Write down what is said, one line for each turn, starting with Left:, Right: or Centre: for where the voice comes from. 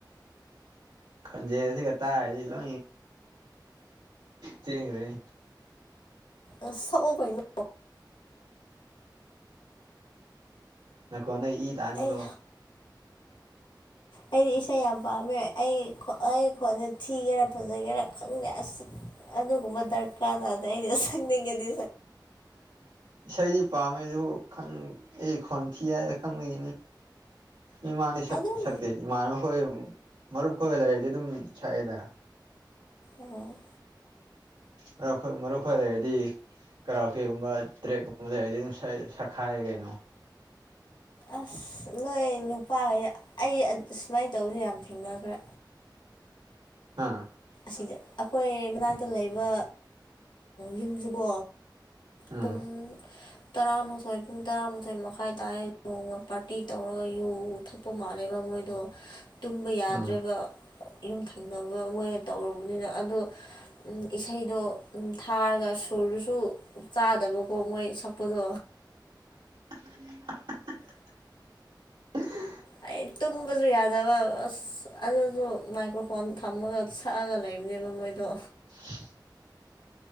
Right: ꯈꯟꯖꯦꯁꯤ ꯀ ꯇ ꯍꯥꯏꯁꯤꯂ ꯊꯦꯡꯉꯔꯤ
Left: ꯑ ꯁꯛꯑꯣ ꯀꯩꯅꯣ
Right: ꯅ ꯀꯣ ꯅ ꯏ ꯇꯥꯅꯤ
Left: ꯑꯩ
Right: ꯀꯣ
Left: ꯑꯩꯗꯤ ꯏꯁꯩ ꯌꯥꯝ ꯄꯥꯝꯃꯦ ꯑꯩ ꯑꯩ ꯈꯣꯟꯅ ꯊꯤꯒꯦꯔꯥ ꯐꯖꯒꯦꯔꯥ ꯈꯪꯗꯦ ꯑꯁ ꯑꯗꯨꯒꯨꯝꯕ ꯗꯔꯀꯥꯔꯗꯗ ꯑꯩꯅ ꯁꯪꯅꯤꯡꯉꯗꯤ
Right: ꯁꯗꯤ ꯄꯥꯝꯃꯦꯗꯨꯣ ꯈꯪ ꯑꯦ ꯈꯪ ꯊꯤ ꯌꯥ ꯈꯪꯅꯤ ꯏꯃꯥꯅꯤ
Left: ꯑꯗꯨꯝ
Right: ꯁꯛꯇꯦ ꯏꯃꯥ ꯑꯩꯈꯣꯏ ꯃꯔꯨꯞ ꯈꯣꯏ ꯂꯩꯔꯗꯤ ꯑꯗꯨꯝ ꯁꯛꯑꯦꯗ
Left: ꯑꯣ
Right: ꯃꯔꯣꯏ ꯃꯔꯨꯞ ꯈꯣꯏ ꯂꯩꯔꯗꯤ ꯀꯔꯥꯎ ꯀꯦꯒꯨꯝꯕ ꯇ꯭ꯔꯦꯀꯨꯝꯕ ꯂꯩ ꯑꯩꯗꯤ ꯑꯗꯨꯝ ꯁꯛꯈꯥꯏꯔꯦ ꯀꯩꯅꯣ
Left: ꯑꯁ ꯅꯣꯏ ꯅꯨꯄꯥꯈ ꯑꯩ ꯁꯨꯃꯥꯏꯅ ꯇꯧꯕꯗ ꯌꯥꯝ ꯊꯦꯡꯅꯈ꯭ꯔꯥ
Right: ꯑꯥ
Left: ꯁꯤꯗ ꯑꯩꯈꯣꯏ ꯃꯅꯥꯛꯇ ꯂꯩꯕ ꯌꯨꯝꯁꯤꯕꯣ
Right: ꯎꯝ
Left: ꯄꯨꯡ ꯇꯔꯥꯃꯥꯊꯣꯏ ꯄꯨꯡ ꯇꯔꯥꯃꯥꯊꯣꯏ ꯃꯈꯥꯏ ꯇꯥꯏꯦꯣꯡ ꯄꯥꯔꯇꯤ ꯇꯧꯔꯒ ꯌꯨ ꯊꯛꯄ ꯃꯥꯜꯂꯦꯕ ꯃꯣꯏꯗꯣ ꯇꯨꯝꯕ ꯌꯥꯗ꯭ꯔꯦꯕ
Right: ꯎꯝ
Left: ꯌꯨꯝꯊꯪꯅꯕ ꯃꯣꯏꯅ ꯇꯧꯨꯔꯕꯅꯤꯅ ꯑꯗꯣ ꯏꯁꯩꯗ ꯊꯥꯔꯒ ꯁꯨꯔꯗꯨꯁꯨ ꯆꯥꯗꯕꯀꯣ ꯃꯣꯏ ꯁꯛꯄꯗꯣ
Right: ꯎ ꯎ
Left: ꯑꯩ ꯇꯨꯝꯕꯁꯨ ꯌꯥꯗꯕ ꯑꯁ ꯑꯗꯨꯁꯨ ꯃꯥꯏꯀ꯭ꯔꯣꯐꯣꯟ ꯊꯝꯃꯒ ꯁꯛꯑꯒ ꯂꯩꯕꯅꯦꯕ ꯃꯣꯏ ꯑꯩꯈꯣꯏꯗꯣ
Right: <unintelligible>